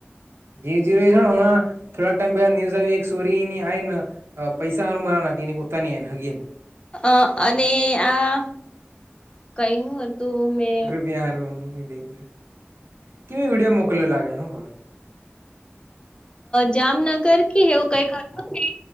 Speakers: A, on the right; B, on the left.
A: જીજીવિના હમણા થોડાક ટાઈમ પેલા ન્યૂઝ આવી એક સોરીની હાઇ ન પૈસા હારુ મારી નાખી, પોતાની આઈને હગીન
B: અ અને આ, કયુ હતું મેં
A: બિહારુ <unintelligible> કેવી વીડીયો મોકલ્યો લાગે હું હવે
B: જામનગર કે એવું કઈક હતું ને